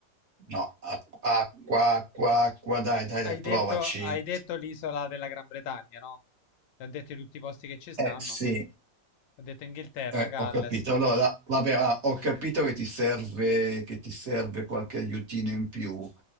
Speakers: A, on the right; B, on the left.
A: no. Acqua, acqua, acqua, dai, dai, dai,
B: Hai
A: provaci.
B: detto, hai detto l'isola della Gran Bretagna, no? Ti ho detto tutti i posti che ci stanno.
A: Eh, sì.
B: Ho detto Inghilterra,
A: Eh,
B: Galles.
A: ho capito. Allora, vabbè, ah, ho capito che ti serve, che ti serve qualche aiutino in più.